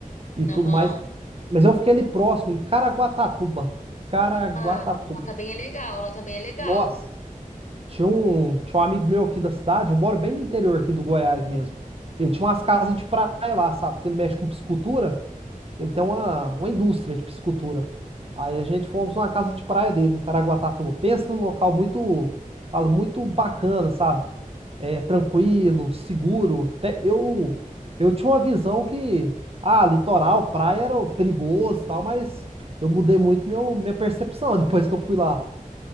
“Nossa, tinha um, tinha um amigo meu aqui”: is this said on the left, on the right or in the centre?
Right